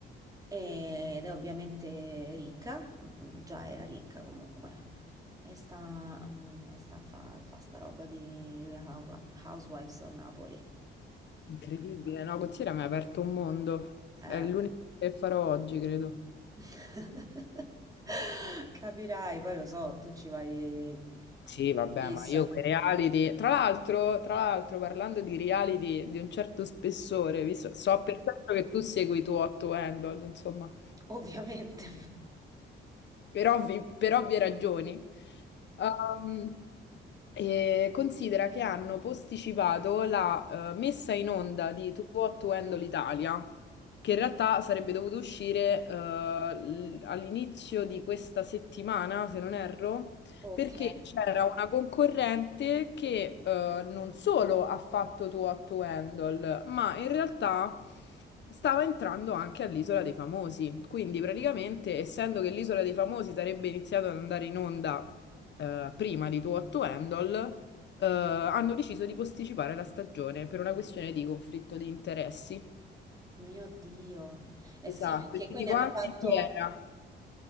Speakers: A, on the right (about 20°); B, on the left (about 65°).
A: Ed è ovviamente ricca, mm, già era ricca comunque. E sta, mm, e sta a fa, fa sta roba di Real Hou- Housewives of Napoli.
B: Incredibile, no? Considera mi ha aperto un mondo.
A: Eh.
B: È l'unico che farò oggi, credo.
A: <laughs> Capirai, poi lo so, tu ci vai
B: Sì,
A: in
B: vabbè,
A: fissa,
B: ma io quei reality. Tra l'altro, tra l'altro, parlando di reality di un certo spessore, visto, so per certo che tu segui tu Otto Handle, insomma,
A: ovviamente.
B: per ovvi- per ovvie ragioni. Ehm, e considera che hanno posticipato la eh, messa in onda di Tu Otto Handle Italia che in realtà sarebbe dovuto uscire eh, l- all'inizio di questa settimana, se non erro,
A: Ok.
B: perché c'era una concorrente che eh, non solo ha fatto Too to Handle, ma in realtà stava entrando anche all'Isola dei Famosi. Quindi praticamente, essendo che l'Isola dei Famosi sarebbe iniziato ad andare in onda eh, prima di Too to Handle, eh, hanno deciso di posticipare la stagione per una questione di conflitto di interessi.
A: Mio Dio. Eh
B: Esatto,
A: sì, perché
B: e ti
A: quindi
B: dico
A: hanno
B: anche
A: fatto
B: chi era.